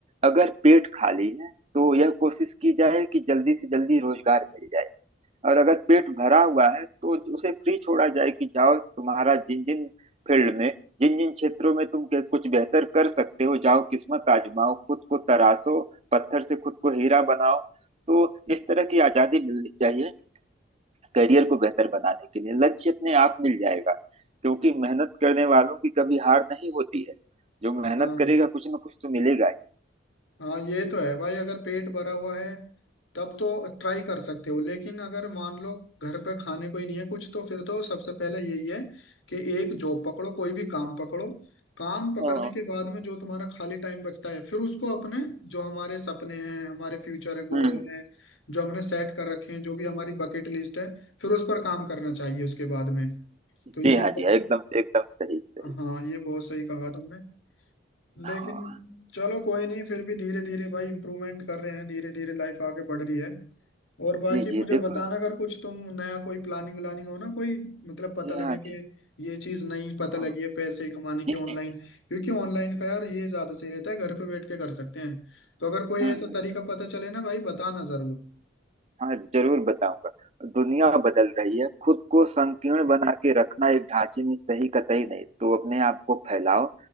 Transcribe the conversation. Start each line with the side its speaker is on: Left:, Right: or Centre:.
Right: अगर पेट खाली है तो यह कोशिश की जाए कि जल्दी से जल्दी रोजगार मिल जाए और अगर पेट भरा हुआ है तो उसे फ्री छोड़ा जाए कि जाओ तुम्हारा जिन जिन फील्ड में जिन जिन क्षेत्रों में तुम के- कुछ बेहतर कर सकते हो जाओ किस्मत आजमाओ खुद को तराशो पत्थर से खुद को हीरा बनाओ तो इस तरह की आजादी मिलनी चाहिए करियर को बेहतर बनाने के लिए लक्ष्य अपने आप मिल जाएगा क्योंकि मेहनत करने वालों की कभी हार नहीं होती है जो मेहनत
Left: हाँ
Right: करेगा कुछ ना कुछ तो मिलेगा ही
Left: हाँ ये तो है भाई अगर पेट भरा हुआ है तब तो ट्राई कर सकते हो लेकिन अगर मान लो घर पे खाने को ही नहीं है कुछ तो फिर तो सबसे पहले यही है कि एक जॉब पकड़ो कोई भी काम पकड़ो काम पकड़ने
Right: हाँ
Left: के बाद में जो तुम्हारा खाली टाइम बचता है फिर उसको अपने जो हमारे सपने हैं हमारे फ्यूचर है गोल
Right: हम्म
Left: हैं जो हमने सेट कर रखे हैं जो भी हमारी बकेट लिस्ट है फिर उस पर काम करना चाहिए उसके बाद में तो ये
Right: जी हाँ
Left: बात
Right: जी हाँ एकदम एकदम सही सही
Left: हाँ ये बहुत सही कहा तुमने
Right: हाँ
Left: लेकिन चलो कोई नहीं फिर भी धीरे धीरे भाई इम्प्रूवमेंट कर रहे हैं धीरे धीरे लाइफ आगे बढ़ रही है और बाकी
Right: जी जी
Left: मुझे
Right: देखो
Left: बताना अगर कुछ तुम नया कोई प्लानिंग व्लानिंग हो ना कोई मतलब पता
Right: जी
Left: लगे
Right: हाँ
Left: कि
Right: जी
Left: ये चीज नहीं पता
Right: हाँ
Left: लगी है पैसे कमाने
Right: ये-
Left: की ऑनलाइन क्योंकि ऑनलाइन का यार ये ज्यादा सही रहता है घर पे बैठ के कर सकते हैं तो अगर कोई
Right: हम्म
Left: ऐसा
Right: हम्म,
Left: तरीका पता चले ना भाई बताना जरूर
Right: हाँ जरूर बताऊंगा दुनिया बदल रही है खुद को संकीर्ण बना के रखना एक ढांचे में सही कतई नहीं तो अपने आप को फैलाओ